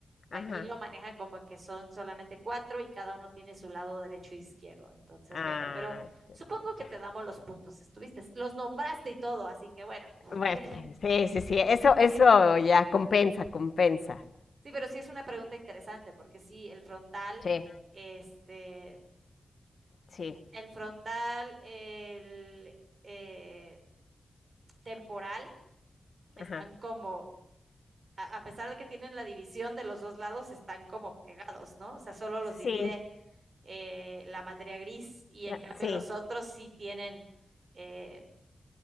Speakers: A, on the right (about 45°); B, on the left (about 60°).
A: aquí
B: ajá.
A: lo maneja como que son solamente cuatro y cada uno tiene su lado derecho e izquierdo. Entonces,
B: Ah,
A: bueno, pero
B: ya,
A: supongo
B: ya,
A: que
B: ya.
A: te damos los puntos. Estuviste, los nombraste y todo, así que bueno. <laughs>
B: Bueno, sí, sí, sí, sí, Eso, eso
A: Sí,
B: ya compensa, compensa.
A: sí, pero sí es una pregunta interesante, porque sí, el frontal,
B: Sí,
A: este,
B: sí,
A: el frontal, el, eh, temporal están
B: ajá.
A: como, a, a pesar de que tienen la división de los dos lados, están como pegados, ¿no? O sea, solo los divide
B: Sí,
A: eh, la materia gris y
B: la-
A: en cambio
B: sí.
A: los otros sí tienen, eh,